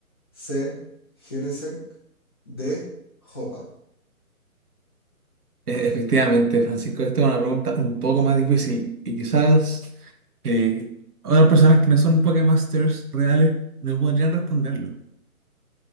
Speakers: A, on the left; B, on the right.
A: C, Genesect, D, Hoppa.
B: E- efectivamente, Francisco, esta es una pregunta un poco más difícil y quizás eh, otras personas que no son Pokémasters reales no podrían responderlo.